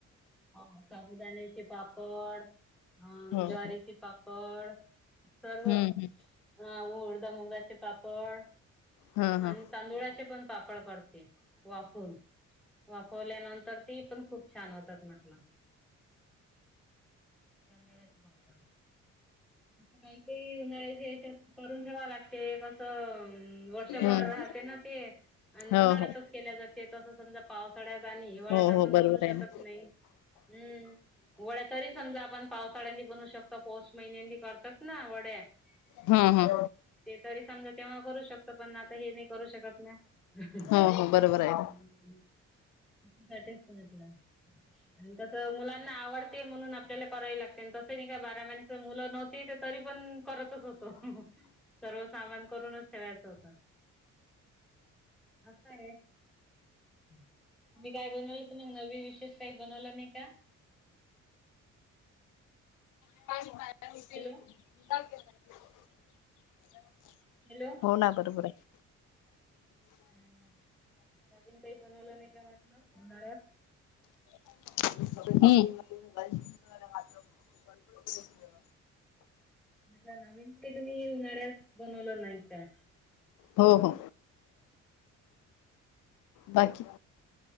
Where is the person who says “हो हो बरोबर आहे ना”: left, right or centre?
Left